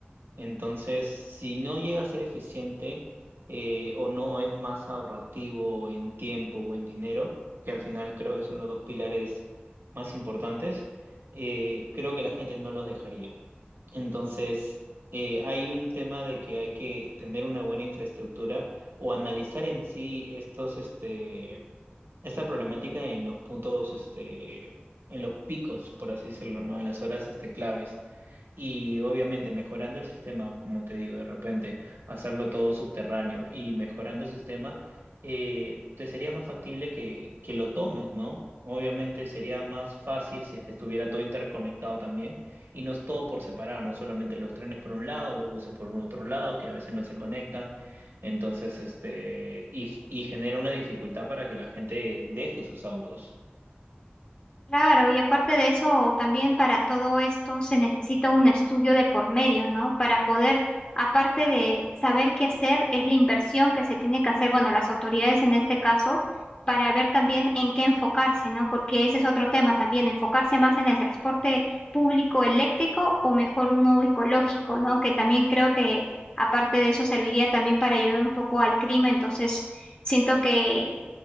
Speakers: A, on the right; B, on the left.
A: Entonces, si no llega a ser eficiente eh, o no es más ahorrativo en tiempo o en dinero, que al final creo que son los dos pilares más importantes, eh, creo que la gente no los dejaría. Entonces, eh, hay un tema de que hay que tener una buena infraestructura o analizar en sí estos, este, esta problemática en los puntos, este, en los picos, por así decirlo, ¿no? En las horas, este, claves. Y obviamente mejorando el sistema, como te digo, de repente hacerlo todo subterráneo y mejorando el sistema, eh, te sería más factible que, que lo tomes, ¿no? Obviamente sería más fácil si es que estuviera todo interconectado también y no es todo por separado, no solamente los trenes por un lado, los buses por un otro lado, que a veces no se conectan. Entonces, este, y, y genera una dificultad para que la gente deje sus autos.
B: Claro, y aparte de eso, también para todo esto se necesita un estudio de por medio, ¿no? Para poder, aparte de saber qué hacer, es la inversión que se tiene que hacer, bueno, las autoridades en este caso, para ver también en qué enfocarse, ¿no? Porque ese es otro tema también, enfocarse más en el transporte público eléctrico o mejor uno ecológico, ¿no? Que también creo que aparte de eso serviría también para ayudar un poco al clima, entonces siento que